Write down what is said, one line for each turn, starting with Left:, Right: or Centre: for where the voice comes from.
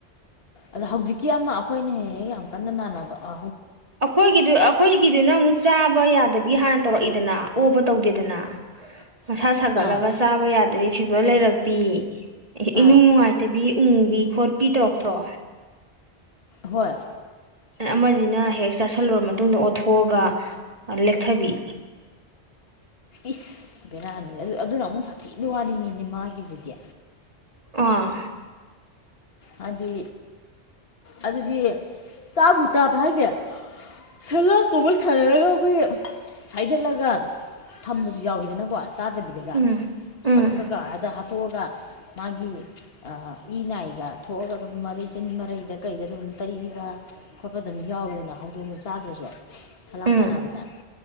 Left: ꯑꯗꯥ ꯍꯧꯖꯤꯛꯀꯤ ꯑꯃ ꯑꯩꯈꯣꯏꯅ ꯍꯦꯛ ꯍꯦꯛ ꯌꯥꯝ ꯀꯟꯅ ꯃꯥꯟꯅꯕ ꯑ
Right: ꯑꯩꯈꯣꯏꯒꯤꯗꯨ ꯑꯩꯈꯣꯏꯒꯤꯗꯨꯅ ꯑꯃꯨꯛ ꯆꯥꯕ ꯌꯥꯗꯕꯤ ꯍꯥꯟꯅ ꯇꯧꯔꯛꯏꯗꯅ ꯑꯣꯕ ꯇꯧꯗꯦꯗꯅ ꯃꯁꯥ ꯁꯥꯒꯠꯂꯒ
Left: ꯑꯥ
Right: ꯆꯥꯕ ꯌꯥꯗ꯭ꯔꯦ ꯐꯤꯚꯔ ꯂꯩꯔꯛꯄꯤ ꯏꯅꯨꯡ
Left: ꯑꯥ
Right: ꯅꯨꯡꯉꯥꯏꯇꯕꯤ ꯎꯪꯕꯤ ꯈꯣꯠꯄꯤ ꯇꯧꯔꯛꯇ꯭ꯔꯣ
Left: ꯍꯣꯏ
Right: ꯑꯃꯁꯤꯅ ꯍꯦꯛ ꯆꯥꯁꯤꯜꯂꯨꯔ ꯃꯇꯨꯡꯗ ꯑꯣꯠꯊꯣꯛꯑꯒ ꯂꯦꯛ ꯊꯕꯤ
Left: ꯏꯁ ꯕꯦꯔꯥꯅꯤꯅꯦ ꯑꯗꯨ ꯑꯗꯨꯅ ꯑꯃꯨꯛ ꯁꯥꯊꯤꯅ ꯋꯥꯂꯤꯅꯤꯅꯦ ꯃꯥꯒꯤꯗꯨꯗꯤ
Right: ꯑꯥ
Left: ꯍꯥꯏꯗꯤ ꯑꯗꯨꯗꯤ ꯆꯥꯕꯨ ꯆꯥꯕ ꯍꯥꯏꯁꯦ ꯁꯂꯥꯛ ꯀꯧꯕ ꯁꯥꯟꯅꯔꯒ ꯑꯩꯈꯣꯏ ꯁꯥꯏꯗꯠꯂꯒ ꯊꯝꯕꯁꯨ ꯌꯥꯎꯋꯤꯗꯅꯀꯣ ꯆꯥꯗꯕꯤꯗꯒ
Right: ꯎꯝ ꯎꯝ
Left: ꯀꯛꯀꯥ ꯀꯛꯀꯥ ꯍꯥꯏꯗ ꯍꯥꯠꯇꯣꯛꯑꯒ ꯃꯥꯒꯤ ꯏꯅꯥꯏꯒ ꯊꯣꯛꯑꯒ ꯑꯗꯨꯝ ꯃꯔꯩ ꯆꯤꯅꯤ ꯃꯔꯩꯗ ꯀꯩꯗ ꯑꯗꯨꯝ ꯇꯩꯕ ꯈꯣꯠꯄ ꯑꯗꯨꯝ ꯌꯥꯎꯋꯤꯗꯅ ꯍꯧꯗꯣꯡꯁꯨ ꯆꯥꯗ꯭ꯔꯁꯨ ꯁꯂꯥꯛ
Right: ꯎꯝ
Left: ꯁꯥꯟꯅꯕꯗ